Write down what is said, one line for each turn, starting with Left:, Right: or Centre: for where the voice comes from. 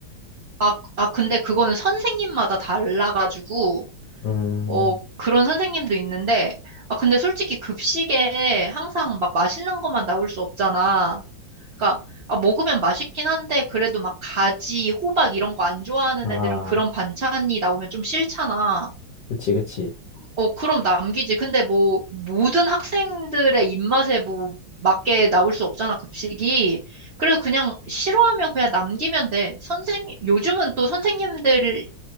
Right: 아, 아, 근데 그거는 선생님마다 달라가지고,
Left: 음,
Right: 어, 그런 선생님도 있는데, 아, 근데 솔직히 급식에 항상 막 맛있는 것만 나올 수 없잖아. 그러니까, 아, 먹으면 맛있긴 한데, 그래도 막 가지, 호박 이런 거 안 좋아하는
Left: 아,
Right: 애들은 그런 반찬이 나오면 좀 싫잖아.
Left: 그치, 그치.
Right: 어, 그럼 남기지. 근데 뭐, 모든 학생들의 입맛에 뭐, 맞게 나올 수 없잖아, 급식이. 그래서 그냥 싫어하면 그냥 남기면 돼. 선생, 요즘은 또 선생님들이